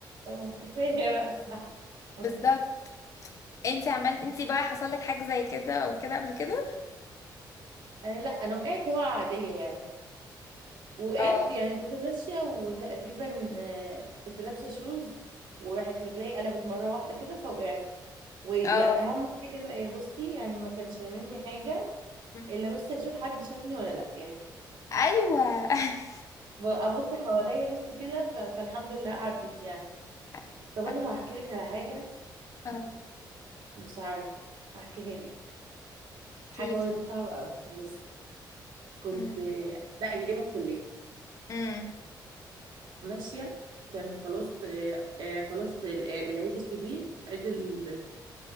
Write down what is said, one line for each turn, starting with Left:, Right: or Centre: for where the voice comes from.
Right: اه كفاية بقى صح <laughs>
Left: بالظبط انت عملت انت بقى حصل لك حاجه زي كده او كده قبل كده
Right: آه، لا انا وقعت وقعة عادية يعني وقعت
Left: اه
Right: يعني كنت ماشية وتقريبا آه، كنت لابسة شوز وراحت رجلي قلبت مرة واحدة كده فوقعت واهم
Left: اه
Right: حاجة بقى يا بصي يعني ما كانش هاممني حاجة
Left: مم.
Right: الا بس اشوف حد شافني ولا لا يعني
Left: ايوه <laughs>
Right: ابص حواليا بس كده ف- فالحمد لله عدت يعني
Left: ايوه
Right: طب انا
Left: ايوه
Right: هحكي لك على حاجه
Left: اه
Right: مش عارف هحكيها لك
Left: احكي
Right: حاجه
Left: لي
Right: برضه صعبه قوي بص كنت
Left: امم
Right: ده ايام الكليه
Left: امم
Right: ماشيه كان خلاص آه، آه، خلاص ال- آه، العيد الكبير عيد ال-